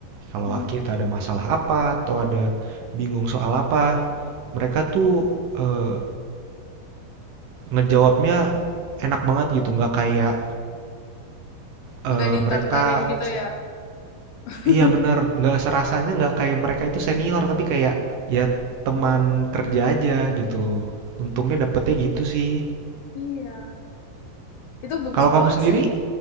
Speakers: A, on the right (about 70°); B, on the left (about 70°).
A: kalau
B: Hmm.
A: kita ada masalah apa atau ada bingung soal apa, mereka tuh eh, ngejawabnya enak banget gitu, nggak kayak eh,
B: Nggak diintar-intarin
A: mereka
B: gitu ya. <laughs>
A: iya benar, nggak serasanya nggak kayak mereka itu senior tapi kayak ya teman
B: Ah,
A: kerja aja gitu. Untungnya dapetnya gitu sih.
B: iya, itu bagus
A: Kalau kamu
B: banget
A: sendiri,
B: sih.